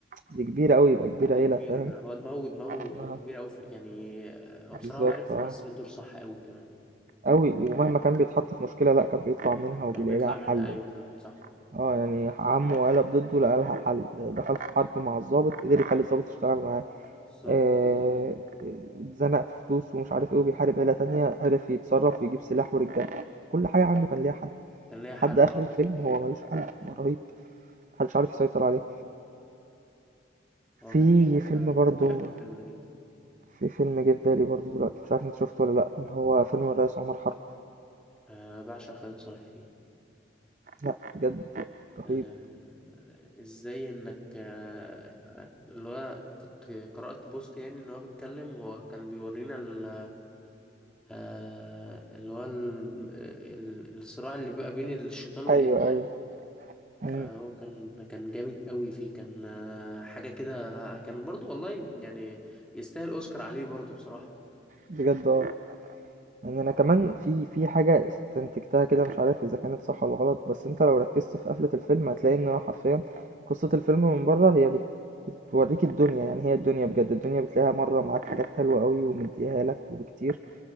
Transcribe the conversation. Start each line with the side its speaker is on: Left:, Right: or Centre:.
Right: دي كبيرة قوي يبقى كبير
Centre: دي
Right: عيلة
Centre: كبيرة
Right: فاهم
Centre: فعلا هو دماغه دماغه كانت
Right: آه.
Centre: كبيرة أوي في يعني هو بصراحة
Right: بالظبط
Centre: عارف
Right: اه
Centre: يمثل الدور صح أوي كمان
Right: قوي ومهما كان بيتحط في مشكلة لا كان بيطلع منها وبيلاقي
Centre: كان بيطلع
Right: لها
Centre: منها
Right: حل
Centre: أيوة كمان صح
Right: اه يعني عمه قلب ضده لقى لها حل دخل في حرب مع الضابط قدر يخلي الضابط يشتغل معاه
Centre: بالظبط
Right: آه،
Centre: بالظبط
Right: اتزنق في فلوس ومش عارف ايه وبيحارب عيلة تانية عرف يتصرف ويجيب سلاح ورجاله كل حاجة عنده كان ليها حل
Centre: كان ليها
Right: لحد
Centre: حل
Right: آخر
Centre: أه
Right: الفيلم هو مالوش حل هو رهيب محدش عارف يسيطر عليه
Centre: هو
Right: في
Centre: كان جامد
Right: فيلم
Centre: فعلا
Right: برضه
Centre: كنت بحب الفيلم ده جدا
Right: في فيلم جه في بالي برضه دلوقتي مش عارف انت شفته ولا لأ اللي هو فيلم الرئيس عمر حرب
Centre: آه بعشق خالد صالح فيه
Right: لأ بجد رهيب
Centre: آه إزاي إنك آه اللي هو كنت قرأت بوست يعني إن هو بيتكلم هو كان بيورينا ال آه اللي هو ال- آه، ال- الصراع اللي بيبقى بين الشيطان والإنسان
Right: ايوه ايوه مم.
Centre: فهو كان كان جامد قوي فيه كان آه، حاجة كده كان برضو والله يعني يستاهل أوسكار عليه برضو بصراحة
Right: بجد اه يعني انا كمان في في حاجه استنتجتها كده مش عارف اذا كانت صح ولا غلط بس انت لو ركزت في قفله الفيلم هتلاقي ان هو حرفيا قصه الفيلم من بره هي بت... بتوريك الدنيا يعني هي الدنيا بجد الدنيا بتلاقيها مره معاك حاجات حلوه قوي ومديها لك وكتير